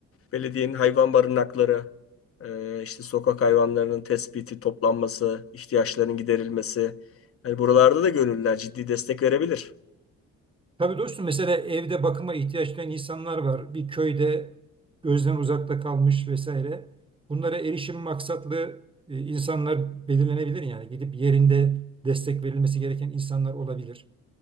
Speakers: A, on the left; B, on the right.
A: belediyenin hayvan barınakları, e, işte sokak hayvanlarının tespiti, toplanması, ihtiyaçlarının giderilmesi. Yani buralarda da gönüllüler ciddi destek verebilir.
B: tabii dostum mesela evde bakıma ihtiyaç duyan insanlar var. Bir köyde gözden uzakta kalmış vesaire. Bunlara erişim maksatlı e, insanlar belirlenebilir yani gidip yerinde destek verilmesi gereken insanlar olabilir.